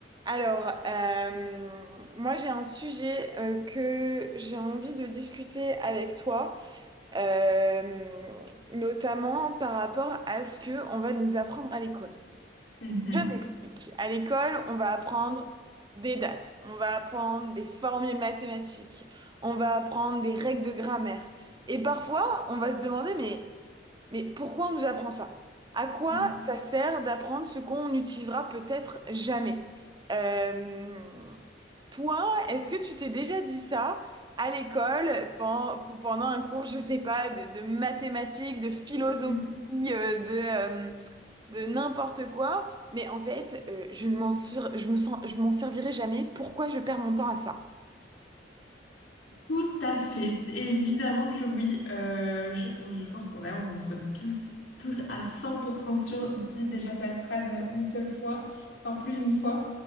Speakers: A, on the right; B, on the left.
A: Alors, euh, moi j'ai un sujet euh, que j'ai envie de discuter avec toi, euh, notamment par rapport à ce que on va nous apprendre à l'école.
B: Mhm,
A: Je m'explique. À l'école, on va apprendre des dates, on va apprendre des formules mathématiques, on va apprendre des règles de grammaire. Et parfois, on va se demander, mais mais pourquoi on nous apprend ça? À quoi
B: mhm,
A: ça sert d'apprendre ce qu'on n'utilisera peut-être jamais? Euh, toi, est-ce que tu t'es déjà dit ça à l'école pen- pour- pendant un cours, je sais pas, de, de mathématiques, de philosophie,
B: mhm.
A: euh, de, euh, de n'importe quoi? Mais en fait, euh, je ne m'en sur- je me sens, je m'en servirai jamais. Pourquoi je perds mon temps à ça?
B: Tout à fait. Évidemment que oui. Euh, je, on- je pense qu'on a, nous sommes tous, tous à 100% sûrs, dit déjà cette phrase une seule fois, enfin plus d'une fois.